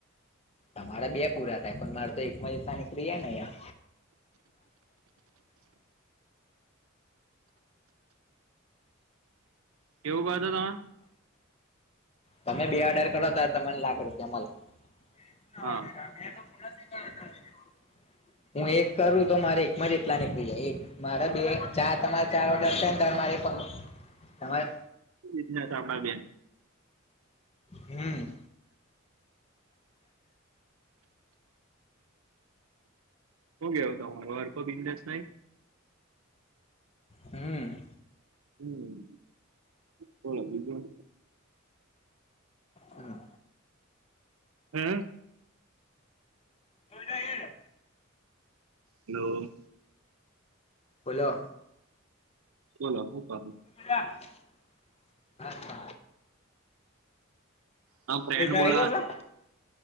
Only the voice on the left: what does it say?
તમારા બે પૂરા થાય પણ મારે તો એકમાં જતા નીકળી જને અ
તમે બે ઓડર કરો તાર તને લાખ રૂપિયા મળ લ <unintelligible>
હું એક કરું તો મારે એકમાં જ એટલા નીકળી જાય એક મારે બે ચા તમારે ચાર ઓર્ડર થઈ ને ત મારી કોલે તમારે
હમ્મ
હમ્મ.
હા.
અલા એ
બોલો.
<unintelligible>
પૈસા
આ ગયા આપલા